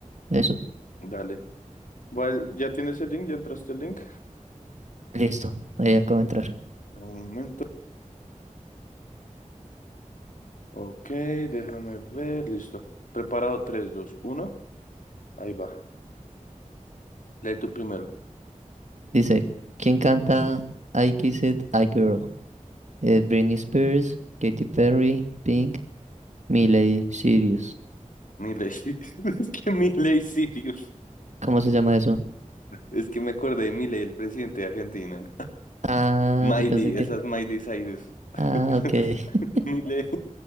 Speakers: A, on the right; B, on the left.
A: eso.
B: dale. Bueno, ¿ya tienes el link? ¿Ya entraste el link?
A: Listo, ahí acabo de entrar.
B: Dame Un momento. Ok, déjame ver. Listo. Preparado tres, dos, uno, Ahí va. Lee tú primero.
A: Dice, ¿quién canta I Kiss It, I Girl? Eh, Britney Spears, Katy Perry, Pink, Miley Cyrus.
B: Milei. <laughs> Es que Milei Sirius.
A: ¿Cómo se llama eso?
B: Es que me acordé de Milei, el presidente de Argentina.
A: Ah,
B: Miley,
A: yo pensé que...
B: esa es Miley Cyrus. <laughs>
A: Ah, ok. <laughs>
B: Miley,